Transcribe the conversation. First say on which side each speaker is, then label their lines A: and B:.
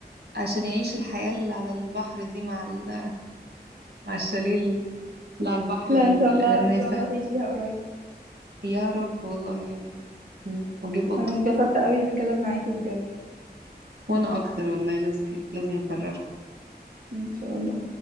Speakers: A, on the right; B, on the right.
A: عشان يعيش الحياة اللي على البحر دي مع ال... مع الشاليه اللي على البحر
B: لا
A: بال...
B: ان شاء
A: بالأناناسة
B: الله ان شاء الله تعيشيها قريب
A: يا رب والله يعني واجيب قطة
B: انا اتبسطت قوي بالكلام معاكي بجد
A: وانا اكتر والله لازم لازم نكررها
B: ان شاء الله